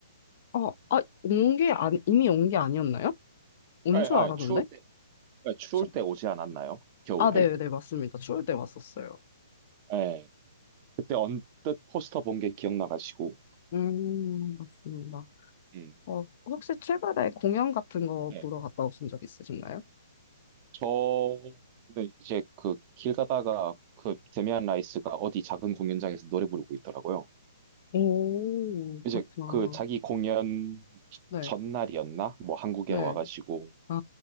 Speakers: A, on the left (about 45°); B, on the right (about 30°).
A: 어, 아, 온 게, 안, 이미 온 게 아니었나요? 온
B: 예,
A: 줄
B: 아,
A: 알았는데?
B: 추울 때 예, 추울
A: 저-
B: 때 오지 않았나요? 겨울에?
A: 아, 네, 네, 맞습니다. 추울 때 왔었어요.
B: 예. 예. 그때 언뜻 포스터 본 게 기억나가지고
A: 음, 맞습니다.
B: 음.
A: 어, 혹시 최근에 공연 같은 거
B: 예.
A: 보러 갔다 오신 적 있으신가요?
B: 저는 이제 그 길 가다가 그 데미안 라이스가 어디 작은 공연장에서 노래 부르고 있더라고요.
A: 오, 그렇구나.
B: 이제 그 자기 공연
A: 네,
B: 전날이었나? 뭐 한국에
A: 네.
B: 와가지고
A: 아,